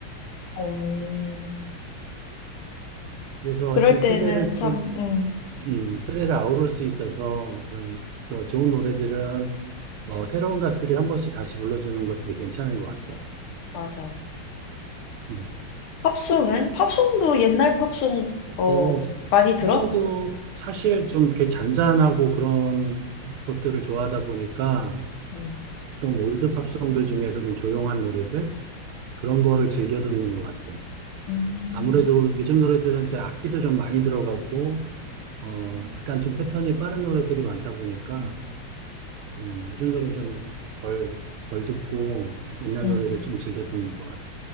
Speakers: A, on the left (about 85°); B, on the right (about 85°).
A: 어,
B: 그래서
A: 그럴
B: 하여튼
A: 때는
B: 세대를
A: 참,
B: 좀,
A: 음,
B: 음, 세대를 아우를 수 있어서 그런 또 좋은 노래들은 어, 새로운 가수들이 한 번씩 다시 불러주는 것도 되게 괜찮은 것 같아.
A: 맞아.
B: 음.
A: 팝송은? 팝송도 옛날 팝송, 어,
B: 어,
A: 많이 들어?
B: 합정도 사실 좀 이렇게 잔잔하고 그런 것들을 좋아하다 보니까
A: 음,
B: 좀 올드 팝송들 중에서 좀 조용한 노래들 그런 거를 즐겨 듣는 것 같아.
A: 음,
B: 아무래도 요즘 노래들은 이제 악기도 좀 많이 들어가고 어, 약간 좀 패턴이 빠른 노래들이 많다 보니까 음, 요즘 노래는 좀덜 덜 듣고 옛날
A: 음,
B: 노래를 좀 즐겨 듣는 것 같아.